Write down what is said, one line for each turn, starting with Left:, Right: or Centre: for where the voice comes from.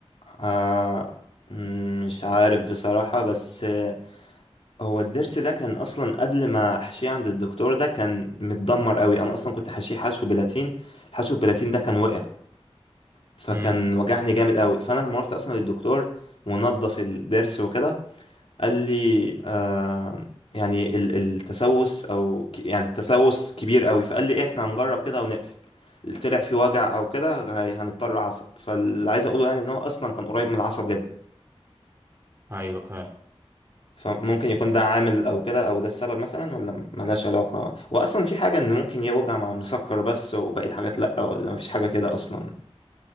Left: آه مم، مش عارف بصراحة بس آه، هو الضرس ده كان أصلا قبل ما أحشيه عند الدكتور ده كان متدمر قوي أنا أصلا كنت حاشيه حشو بلاتين الحشو بلاتين ده كان وقع فكان
Right: امم
Left: وجعني جامد قوي فأنا لما روحت أصلا للدكتور ونضف الضرس وكده قال لي آه يعني ال- التسوس أو ك- يعني التسوس كبير قوي فقال لي إيه، إحنا هنجرب كده ونقفل طلع في وجع أو كده هي- هنضطر عصب فاللي عايز أقوله يعني إن هو أصلا كان قريب من العصب جدا
Right: أيوة فاهم
Left: فممكن يكون ده عامل او كده او ده السبب مثلا ولا ملهاش علاقة واصلا في حاجة ان ممكن يوجع مع مسكر بس وباقي الحاجات لا ولا مفيش حاجة كده اصلا